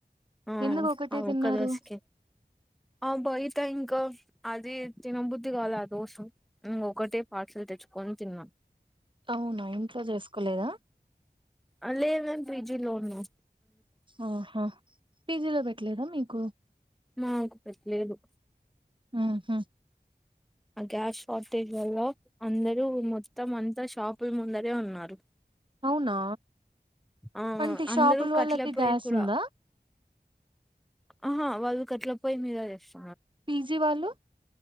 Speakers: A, in the centre; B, on the right.
A: ఆ
B: ఎందుకు ఒకటే
A: అ
B: తిన్నారు
A: ఒక్క దొస్కే ఆ బయట ఇంకా అది తినబుద్ధి కాలా ఆ దోస ఇంక ఒకటే పార్సల్ తె కొని తిన్నాం
B: అవునా ఇంట్లో చేసుకోలేదా
A: అ లే మ పిజీ లో ఉన్నం
B: ఆహా పిజ్జిలో పెట్టలేదా మీకు
A: మాకు పెట్టలేదు
B: ఆ హా
A: ఆ గ్యాస్ షార్టేజ్ వల్ల అందరూ మొత్తం అంతా షాపుల ముందరే ఉన్నారు
B: అవునా
A: ఆ
B: అంటే
A: అందరూ
B: షాపుల వాళ్ళకి
A: కట్లపోయి
B: గ్యాస్
A: కూడా
B: ఉందా
A: ఆహా వాళ్ళు కట్ల పోయి మీదజేస్త
B: పిజీ వాళ్ళు